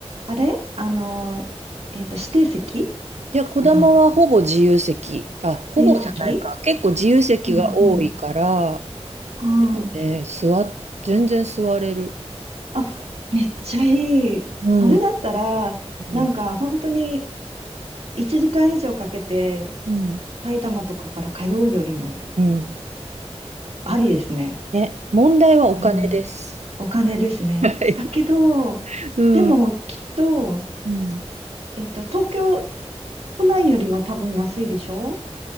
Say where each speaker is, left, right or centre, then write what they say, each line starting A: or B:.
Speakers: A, on the right; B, on the right.
A: あれあの、えっと、指定席とかかな
B: いや、こだまはほぼ自由席。あ、ほぼじゃないか。
A: 指定席
B: 結構自由席が多いから、
A: うんうん。ああ。
B: えー座っ、全然座れる。
A: あ、めっちゃいい。
B: うん
A: それだったら、
B: うん。
A: なんか本当に1時間以上かけて
B: うん
A: 埼玉とかから通うよりも
B: うん
A: ありですね。
B: ね、問題はお金です。
A: うん、お金ですね。
B: はい。
A: だけど、
B: うん。
A: でもきっと、
B: うん
A: えっと、東京都内よりは多分安いでしょ